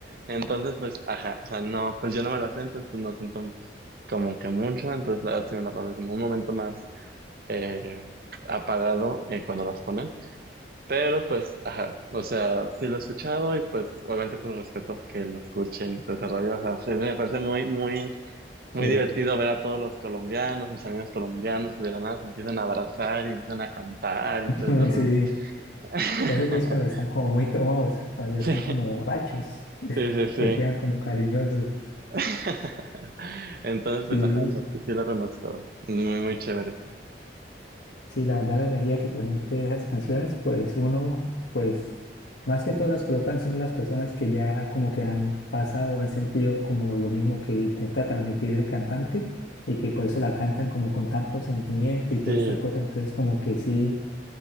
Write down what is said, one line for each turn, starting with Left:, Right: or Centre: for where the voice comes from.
Right: entonces pues ajá, o sea, no, pues yo no me la sé, entonces pues no siento como que mucho, entonces la verdad sí me la paso como un momento más eh, apagado eh, cuando las ponen, pero pues ajá, o sea, sí lo he escuchado y pues obviamente pues respeto que lo escuchen y todo ese rollo, o sea, sí me parece muy, muy
Left: Sí,
Right: muy divertido ver a todos los colombianos, mis amigos colombianos que de la nada se empiezan a abrazar y empiezan a cantar
Left: <laughs>
Right: y todo ese
Left: sí,
Right: rollo. <laughs>
Left: eso ya es cuando están como muy tomados, cuando ya
Right: Sí,
Left: están como borrachos, <laughs>
Right: sí, sí, sí.
Left: que quedan como cariñosos.
Right: <laughs> Entonces,
Left: Sí,
Right: pues, ajá, o sí, sí lo conozco. Muy, muy chévere.
Left: sí, la verdad la energía que transmite esas canciones, pues uno, pues más que todo las colocan son las personas que ya como que han pasado, han sentido como lo mismo que intenta transmitir el cantante y que por eso la cantan como con tanto sentimiento y toda
Right: Sí.
Left: esta cosa, entonces como que sí